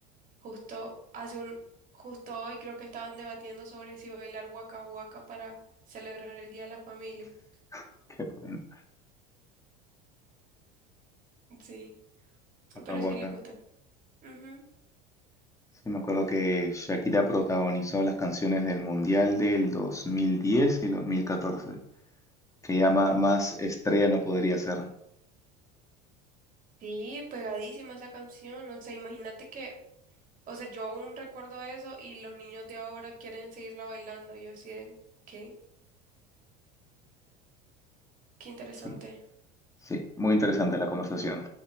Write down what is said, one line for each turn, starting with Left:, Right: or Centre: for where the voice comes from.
Right: Justo hace un, justo hoy creo que estaban debatiendo sobre si bailar Waka Waka para celebrar el Día de la Familia.
Left: <laughs> Qué bueno.
Right: Sí,
Left: acá
Right: pero
Left: waka.
Right: sí le gusta. Ujú.
Left: Sí, me acuerdo que Shakira protagonizó las canciones del Mundial del 2010 y 2014, que ya ma- más estrella no podría ser.
Right: Sí, pegadísima esa canción. O sea, imagínate que, o sea, yo aún recuerdo eso y los niños de ahora quieren seguirla bailando. y Yo así de, ¿qué? Qué interesante.
Left: Sí, sí, muy interesante la conversación.